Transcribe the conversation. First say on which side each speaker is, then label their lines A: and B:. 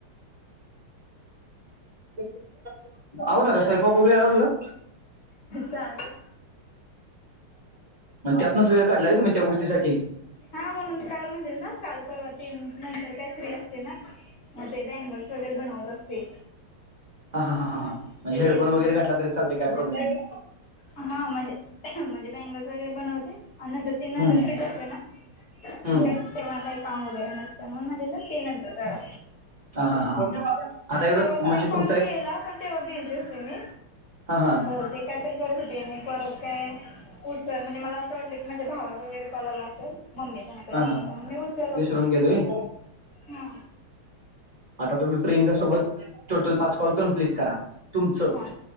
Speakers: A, on the right; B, on the left.
A: आवरलं का, स्वयंपाक वगैरे आवरलं?
B: चालू आहे
A: म त्यातनच वेळ काढलाय व्हय, तुम्ही त्या गोष्टीसाठी
B: हा, म्हणून काल म्हणलेल ना, काल परवा तीननंतर काय फ्री असते ना? म ते बँगल्स वगैरे बनवत असते
A: हा, हा, हा, हा,
B: हां
A: म्हजे
B: ते
A: हेडफोन
B: जेवण
A: वगैरे घातला तरी चालते, काय प्रॉब्लेम नाही
B: हा म्हणजे, म्हणजे बँगल्स वगैरे बनवते, आन नंतर तीन नंतर
A: हम्म
B: फ्रीच असते ना?
A: हम्म
B: मग काय तेंव्हा, काही काम वगैरे हाय, त्यामुळं म्हणलेलं ते नंतर करा
A: हा हा हा हा. आता एवढं
B: परवा तुम्ही
A: म्हणजे
B: कॉल
A: तुमचा एक
B: केला, पण तेव्हा बिझी होते मी
A: हा हा
B: बहुतेक, काहीतरी करत होत त्यांनी परत काय उचलानाभी, मला असं वाटलं की माझ्या भावाचं वगैरे कॉल आला असंल, मम्मी त्यांनतर
A: हा
B: भावाचा,
A: हा
B: मग मी उचलाच
A: विसरून
B: नाही,
A: गेलोय
B: हा
A: आता तुम्ही प्रियंका सोबत, टोटल पाच कॉल कम्पलीट करा. तुमचं,
B: हां